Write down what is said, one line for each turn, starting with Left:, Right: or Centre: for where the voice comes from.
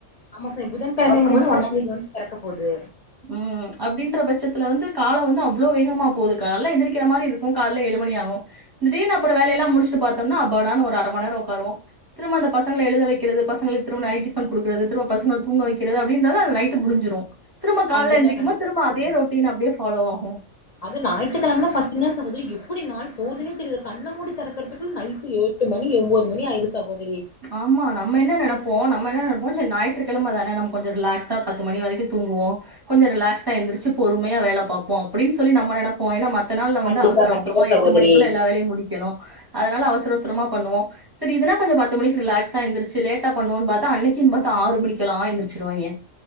Left: ஆம சாய் புதன்கழமைங்கும்போது
Right: அப்டின்ற
Left: ஒன்னாந் தேதி வந்து பெறக்க போது
Right: ம் அப்டின்ற பட்சத்துல வந்து கால வந்து அவ்ளோ வேகமா போது கால்ல எந்துரிக்கிற மாரி இருக்கு கால்ல ஏழு மணி ஆகு திடீன்னு அப்பற வேல எல்லா முடிச்சுட்டு பாத்தம்ன்னா அப்பாடான்னு ஒரு அர மண் நேர ஒக்காருவோ திரும்ப அந்த பசங்ள எழுத வக்கிறது பசங்ளுக்கு திரும்ப நைட்டி ஃபன் குடுக்கறது திரும பசங்க தூங்க வக்கிறது அப்டின்றது அது லைட்டு முடிஞ்சிரு திரும காலைல
Left: கண்டிப்பா
Right: ஏந்திக்குமோது
Left: கண்டிப்பா
Right: திரும்ப
Left: சகோதரி
Right: அதே ரொட்டீன் அப்டியே ஃபாலோவ் ஆகு
Left: அது ஞாயித்தி கழமன பாத்தீங்னா சகோத்ரி எப்புடி நாள் போதுனே தெரியுது கண்ணமூடி தெறக்கற்துக்குள் நைட்டி ஏழு எட்டு மணி ஒம்போது மணி ஆயிரு சகோதுரி
Right: ஆமா நம்ம என்ன நெனப்போ நம்ம என்ன நெனப்போ செரி ஞாயிற்று கெழம தான நம்ம கொஞ்ச ரிலாக்ஸா பத்து மணிக்கு வரக்கு தூங்குவோ கொஞ்ச ரிலாக்ஸஸா எந்துருச்சு பொறுமயா வேல பாப்போ அப்புடின் சொல்லி நம்ம நெனப்போ ஏன்னா மத் த்த நாள்ல வந்து
Left: கண்டிப்பா
Right: அவசர் அவஸ்ரமா
Left: கண்டிப்பா சகோதரி
Right: எட்டு மணிக்குள்ள எல்லா வேலையு முடி கணு அதனால அவசர அவசரமா பண்ணுவோ சரி இதுனா கொஞ்ச பத் து மணிக்கு ரிலாக்ஸ் எந்திரிச்சு இருந்துச்சு லட்டா பன்னுவோன் பாத்த அன்னக்கின் பாத்து ஆறு மணிக்கெலா எந்துரிச்சுருவாய்ங்க